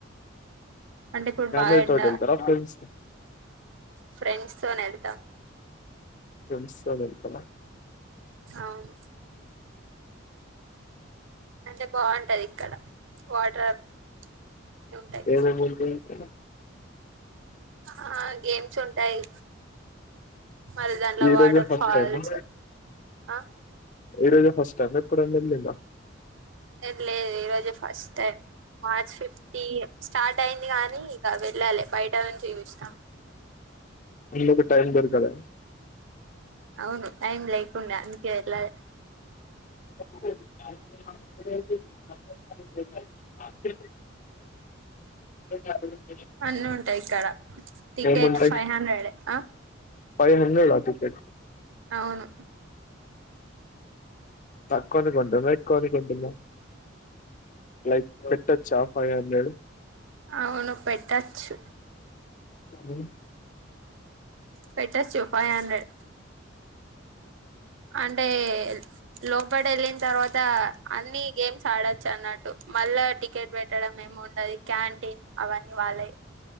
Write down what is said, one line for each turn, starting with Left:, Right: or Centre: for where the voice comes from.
Right: అంటే ఇప్పుడు
Left: ఫ్యామిలీ
Right: బాగా ఎండ
Left: తోటి వెళ్తారా ఫ్రెండ్స్
Right: ఫ్రెండ్స్ తోని వెళ్తాం
Left: ఫ్రెండ్స్ తోని వెళ్తారా?
Right: అవును అంటే బాగుంటది ఇక్కడ వాటర్ అన్నీ ఉంటాయి
Left: ఏద బతే అ
Right: ఆ గేమ్స్ ఉంటాయి. మరి దాంట్లో
Left: ఈ
Right: వాటర్
Left: రోజే ఫస్ట్
Right: ఫాల్స్
Left: టైమా
Right: ఆ
Left: ఈ రోజు ఫస్ట్ టైమ ఎప్పుడైన వెళ్లలేదా
Right: లేదు లేదు ఈరోజె first time March fifty start అయింది కానీ ఇక వెళ్ళాలి బయట నుంచి చూస్తాం
Left: అందుకు టైమ్ దొరకలే
Right: అవును టైం అందుకే ఎల్లాలి
Left: ఉమ్
Right: అన్ని ఉంటాయి ఇక్కడ టికెట్
Left: ఏముంటాయి
Right: ఫైవ్ హండ్రెడ్ పెట్నా
Left: ఫైవ్ హండ్రెడ్ ఆ టికెట్
Right: అవును
Left: తక్కువని కొన్నారా ఎక్కువను కొన్నారా లైక్ పెట్టొచ్చా ఫైవ్ హండ్రెడ్
Right: అవును పెట్టచ్చు
Left: మ్మ్
Right: పెట్టచ్చు ఫైవ్ హండ్రెడ్ అంటే లోపల్ వెళ్ళిన తర్వాత అన్ని గేమ్స్ ఆడచ్చు అన్నట్టు మళ్ళా టికెట్ పెట్టడం ఏమి ఉండదు క్యాంటీన్ అవన్నీ వాళ్ళే